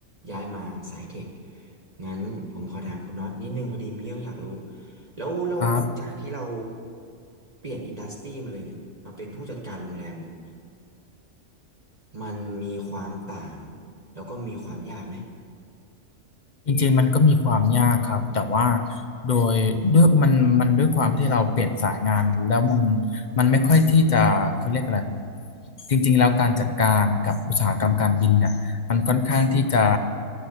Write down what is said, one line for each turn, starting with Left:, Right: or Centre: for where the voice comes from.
Right: ย้ายมาสายเทคงั้นผมขอถามคุณน็อตนิดนึงพอดีมีเรื่องอยากรู้ แล้วแล้วจากที่เรา
Left: ครับ
Right: เปลี่ยนอินดัสทรีมาเลยเนี่ยมาเป็นผู้จัดการโรงแรมเนี่ยมันมีความต่างแล้วก็มีความยากไหม
Left: จริงๆมันก็มีความยากครับแต่ว่าโดยด้วยมันมันด้วยความที่เราเปลี่ยนสายงานแล้วมันมันไม่ค่อยที่จะเขาเรียกอะไรจริงๆแล้วการจัดการกับอุตสาหกรรมการบินเน่ยมันค่อนข้างที่จะ